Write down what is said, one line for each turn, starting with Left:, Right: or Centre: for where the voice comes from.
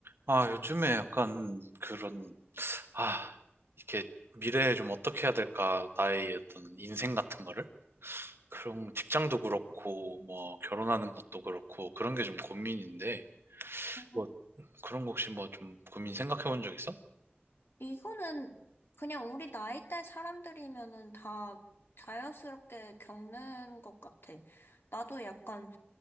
Right: 아, 요즘에 약간 그런, 아, 이렇게 미래에 좀 어떻게 해야 될까, 나의 어떤 인생 같은 거를? 그런 직장도 그렇고, 뭐, 결혼하는 것도 그렇고, 그런 게 좀 고민인데,
Left: 어,
Right: 뭐, 그런 거 혹시 뭐 좀 고민 생각해 본 적 있어?
Left: 이거는 그냥 우리 나이대 사람들이면은 다 자연스럽게 겪는 것 같아. 나도 약간